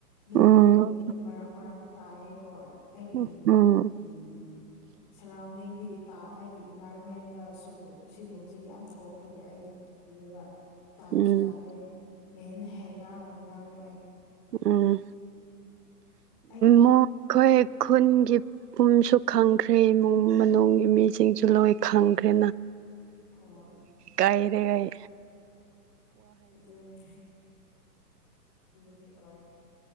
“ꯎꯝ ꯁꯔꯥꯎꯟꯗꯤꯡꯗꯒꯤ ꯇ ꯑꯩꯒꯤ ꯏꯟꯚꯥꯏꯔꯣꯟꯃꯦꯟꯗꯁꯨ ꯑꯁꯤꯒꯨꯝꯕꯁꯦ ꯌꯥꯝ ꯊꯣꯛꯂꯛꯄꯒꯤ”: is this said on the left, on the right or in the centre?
Left